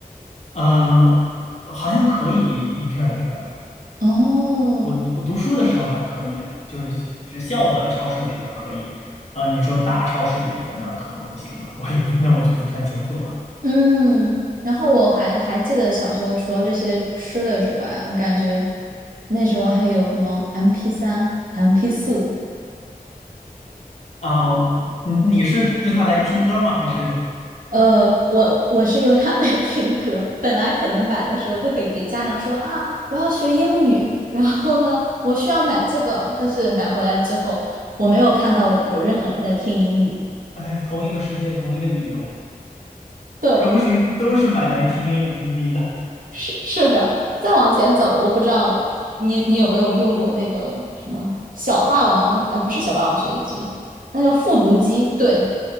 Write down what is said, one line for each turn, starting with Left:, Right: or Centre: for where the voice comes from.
Left: 嗯、好像可以一片儿一片儿的。
Right: 哦，
Left: 我我读书的时候还可以啊，就是学学校的超市里边儿可以，呃，你说大超市里边儿那可能不行吧，我也不，那我就不太清楚了。
Right: 嗯，然后我还还记得小时候，除了这些吃的之外，我感觉那时候还有什么 MP 三、MP 四，
Left: 啊，你你是用它来听歌吗？还是
Right: 呃，我我是用它 <laughs> 来听歌。本来可能买的时候都会给家长说啊，我要学英语，然后呢，我需要买这个，但是买回来之后，我没有看到有任何人在听英语。
Left: 哎，同一个世界，同一个理由？
Right: 对，
Left: 都是都是买来听英语听力的
Right: 是是的，再往前走，我不知道你你有没有用过那个什么小霸王，呃，不是小霸王学习机，那叫复读机，对，